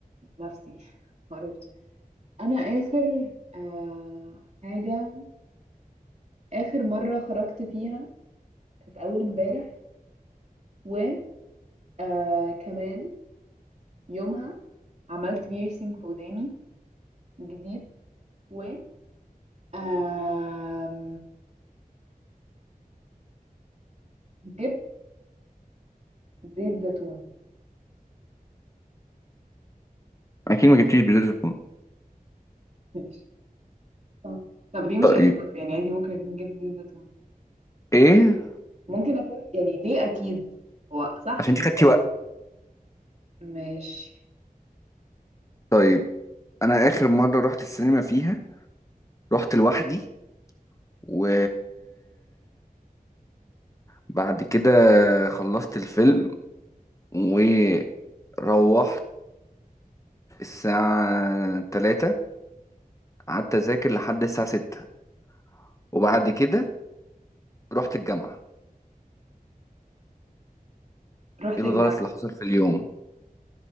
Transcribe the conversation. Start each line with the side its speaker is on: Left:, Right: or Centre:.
Right: نفسي <laughs> ما اعرفش انا اخر آه حاجه اخر مره خرجت فيها كانت اول امبارح و آه كمان يومها عملت بيرسينج في وداني جديد و آم، جبت زيت زيتون
Left: أكيد ما جبتيش بزيت الزيتون
Right: <laughs> صح. طب ليه مش
Left: طيب
Right: اكيد يعني عادي ممكن اكون جبت زيت زيتون
Left: إيه
Right: ممكن اكون يعني ليه اكيد هو صح
Left: عشان
Right: جبت
Left: أنت خدتي وقت
Right: ماشي
Left: طيب أنا آخر مرة رحت السينما فيها رحت لوحدي و بعد كده خلصت الفيلم وروحت الساعة تلاتة قعدت أذاكر لحد الساعة ستة وبعد كده رحت الجامعة
Right: رحت
Left: إيه
Right: الجامعة
Left: الغلط اللي حصل في اليوم؟